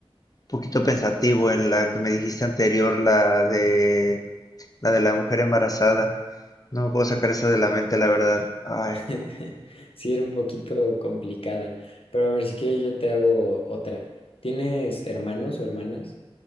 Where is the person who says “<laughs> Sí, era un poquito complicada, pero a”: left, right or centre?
Left